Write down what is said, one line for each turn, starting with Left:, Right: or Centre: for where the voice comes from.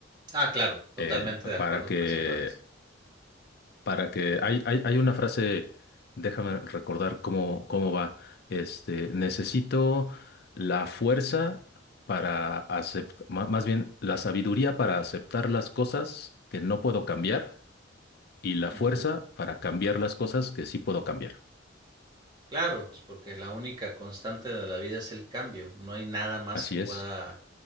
Right: Ah, claro, totalmente
Left: Eh,
Right: de acuerdo
Left: para que,
Right: con esa parte.
Left: para que, hay, hay, hay una frase, déjame recordar cómo, cómo va. Este, necesito la fuerza para aceptar, más bien la sabiduría para aceptar las cosas que no puedo cambiar y la
Right: Ujú.
Left: fuerza para cambiar las cosas que sí puedo cambiar.
Right: Claro, pues porque la única constante de la vida es el cambio, no hay nada más
Left: Así
Right: que pueda
Left: es,